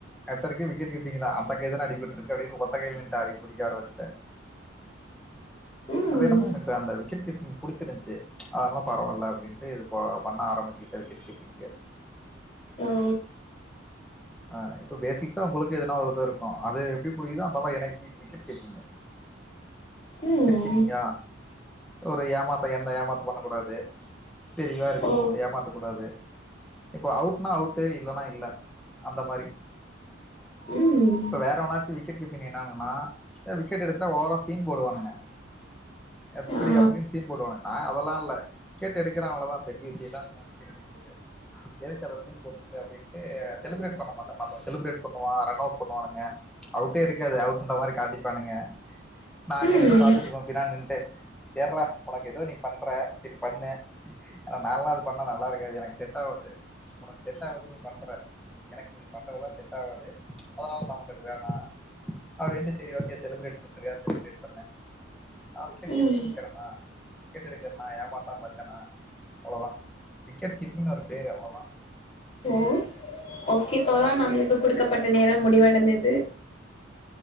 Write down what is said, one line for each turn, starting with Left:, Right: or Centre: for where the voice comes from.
Centre: எத்தரைக்கு விக்கெட் கீப்பிங் தா அந்த கை தானே அடிபட்ருக்கு அப்டின்னு ஒத்த கைல்லேன்ட்டு ஆடி புடிக்க ஆரம்பிச்சிட்டே
Left: ம்
Centre: அது என்னமோ எனக்கு அந்த விக்கெட் கீப்பிங் புடிச்சிருந்துச்சு அதெல்லா பரவால்ல அப்டின்ட்டு இது ப-பண்ண ஆரம்பிச்சுட்டே விக்கெட் கீப்பிங்க்கே
Left: ஓ
Centre: அ இப்ப பேசிக்ஸா உங்களுக்கு எதுனா ஒரு இத இருக்கு அது எப்புடி புடிக்குதோ அந்த மாரி எனக்கு விக்கெட் கீப்பிங்க
Left: ம்
Centre: விக்கெட் கீப்பிங்கா ஒரு ஏமாத்த எந்த ஏமாத்த பண்ண கூடாது தெளிவாருக்கு
Left: ஓ
Centre: ஏமாத்தக் கூடாது இப்ப அவுட்னா அவுட் இல்லன்னா இல்ல அந்த மாரி
Left: ம்
Centre: இப்ப வேற ஒன்னாச்சு விக்கெட் கீப்பீங் நின்னானுன்னா அ விக்கெட் எடுத்தா ஓவரா சீன் போடு வானுங்க எப்புடி
Left: ஆ
Centre: அப்டின்னு சீன் போர்டு வானுங்க நா அதெல்லா இல்ல விக்கெட் எடுக்குற அவளோதா பெரிய விசயலா இல்வ விக்கெட் எடுக்கறது எதுக்கு அத சீன் போட்டுக்குட்டு அப்டின்ட்டு செலிப்ரேட் பண்ண மாட்ட மத்தவ செலிப்ரேட் பண்ணுவா ரன் அவுட் பண்ணுவானுங்க அவுட்டே இருக்காது அவுட்ன்ற மாதிரி காட்டிப்பானுங்க நா அங்க
Left: ம்
Centre: நின்னு பாத்துட்ருப்ப பின்னாடி நின்ட்டே தெர்லா உனக்கு ஏதோ நீ பண்ற செரி பண்ணு அனா நாலா அது பண்ணா நல்லாருக்காது எனக்கு செட்டாவாது உனக்கு செட்டாவுது நீ பண்ற எனக்கு இப்படி பண்றது எல்லா செட் ஆகாது ச்சு அதனால நமக்கு அது வேணாம் அப்படின்டு செரி ஓகே செலிப்ரேட் பண்றியா செலிப்ரேட் பண்ணு நான் விக்கெட் கீப்பிங்
Left: ம்
Centre: நிக்கிறேனா விக்கெட் எடுக்கறனா ஏமாத்தாம இருக்கனா அவ்ளோதான் விக்கெட் கீபிங்ன்னு ஒரு பேரு அவ்ளோதான்
Left: ஓ ஓகே தோழா நம்மளுக்கு குடுக்கப்பட்ட நேரம் முடிவடைந்தது